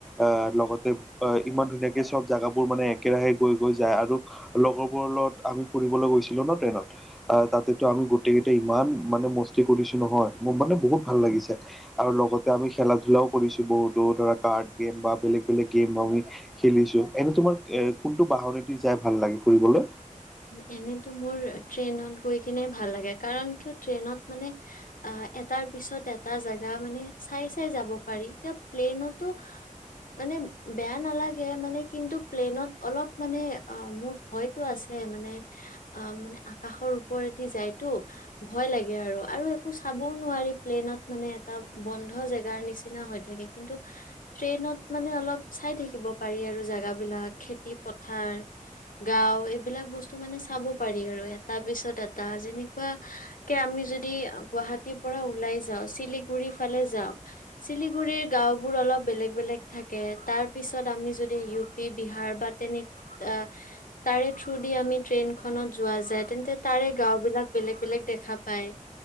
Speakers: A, in the centre; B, on the left (about 90°).
A: আহ লগতে আ ইমান ধুনীয়াকে চব জেগাবোৰ মানে একেৰাহে গৈ গৈ যায় আৰু লগৰবোৰ লগত আমি ফুৰিবলৈ গৈছিলো ন ট্ৰেইনত তাতেতো আমি গোটেই কেইটাই ইমান মানে মস্তি কৰিছো নহয় মোৰ মানে বহুত ভাল লাগিছে আৰু লগতে আমি খেলা ধোলাও কৰিছো বহুতো ধৰা কাৰ্ড গেম বা বেলেগ বেলেগ গেম আমি খেলিছো এনে তোমাৰ এ কোনটো বাহনেদি যাই ভাল লাগে ফুৰিবলৈ
B: এনেতো মোৰ ট্ৰেইনত গৈ কিনে ভাল লাগে কাৰণ কিয় ট্ৰেইনত মানে আ এটাৰ পিছত এটা জেগা মানে চাই চাই যাব পাৰি এতিয়া প্লেনটো মানে বেয়া নালাগে মানে কিন্তু প্লেনত অলপ মানে আ মোৰ ভয়টো আছে মানে মানে আ মানে আকাশৰ ওপৰেদি যায়তো ভয় লাগে আৰু আৰু একো চাবও নোৱাৰি প্লেইনত মানে এটা বন্ধ জেগাৰ নিচিনা হৈ থাকে কিন্তু ট্ৰেইনত মানে অলপ চাই থাকিব পাৰি আৰু জেগা বিলাক খেতি পথাৰ গাঁও এই বিলাক বস্তু মানে চাব পাৰি আৰু এটা পিছত এটা যেনেকুৱা কে আমি যদি গুৱাহাটীৰ পৰা ওলাই যাওঁ চিলিগুৰি ফালে যাওঁ চিলিগুৰিৰ গাঁও বোৰ অলপ বেলেগ বেলেগ থাকে তাৰ পিছত আমি যদি ইউ পি বিহাৰ বা তেনে আ তাৰে থ্ৰু দি আমি ট্ৰৈইন খনত যোৱা যায় তেন্তে তাৰে গাঁও বিলাক বেলেগ বেলেগ দেখা পায়